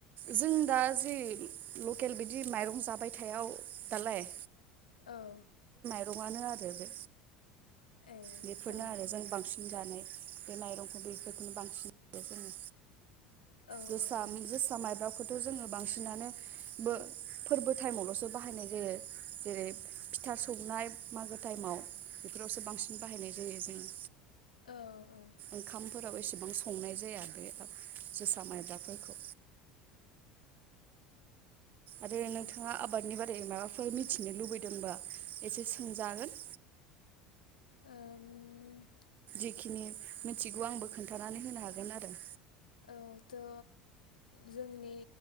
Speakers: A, on the right; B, on the left.
A: जों दा जि लकेल बिदि माइरं जाबायथायाव दालाय
B: औ
A: रंआनो आरो बे।
B: ए
A: बेफोरनो
B: औ
A: आरो जों बांसिन जानाय बे माइरंखौ बेखौनो बांसिन जायो जोङो।
B: औ
A: जोसा
B: औ औ
A: जोसा माय <inaudible> <unintelligible> ब्राखौथ' जोङो बांसिनानो बो-फोरबो टाइमावल'सो बाहायनाय जायो जेरै फिथा संनाय मागो टाइमाव बेफोरावसो बांसिन बाहायनाय जायो जोङो।
B: औ औ
A: ओंखाम फोराव एसेबां संनाय जाया बे जोसा माइब्राफोरखौ। आरो नोंथाङा आबादनि बारै माबाफोर मिथिनो लुबैदोंबा एसे सोंजागोन।
B: ओम
A: जेखिनि मिथिगौ आंबो खोन्थानानै होनो हागोन आरो।
B: औ थ' जोंनि